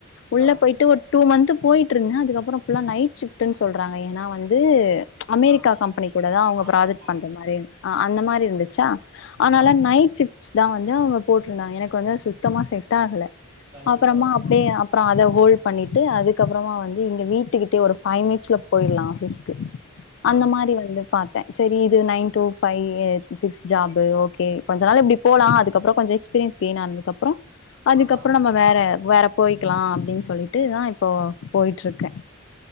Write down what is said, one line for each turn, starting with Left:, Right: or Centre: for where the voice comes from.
Left: உள்ள
Right: ஆ
Left: போயிட்டு ஒரு டூ மந்த் போயிட்டிருந்தே அதுக்கப்றோ ஃபுல்லா நைட் ஷிப்ட்னு சொல்றாங்க ஏன்னா வந்தூ ச் அமெரிக்கா
Right: ஆ
Left: கம்பெனி கூட தா அவங்க
Right: ஆமா
Left: ப்ராஜெக்ட்
Right: ஆமா
Left: பண்ற மாரி ஆ அந்த மாரி இருந்துச்சா
Right: ஆ
Left: அதனால
Right: ஆ
Left: நைட் ஷிப்ட் தா வந்து அவங்க போட்ருந்தாங்க எனக் கொஞ்சோ சுத்தமா செட் ஆகல
Right: கண்டிப்பா
Left: அப்றோமா
Right: ஆமா
Left: அப்டியே அப்றோ அத ஹோல்டு பண்ணிட்டு அதுக்கப்றோமா வந்து இங்க வீட்டுக்கிட்டேயே ஒரு ஃபைவ் மினிட்ஸ்ல போயிட்லா ஆஃபீஸ்
Right: ஆ
Left: அந்த மாரி வந்து பாத்தே சேரி இது nine two five six job okay கொஞ்ச நாள் இப்டி போலா அதுக்கப்றோ கொஞ்ச எக்ஸ்ப் பீரியன்ஸ் கெய்ன் ஆனதுக்கப் அப்றோ அதுக்கப்றோ
Right: ஆ
Left: நம்ம வேற வேற போய்க்கலா அப்டினு சொல்லிட் லிட்டு தா இப்போ போயிட்டுருக்கே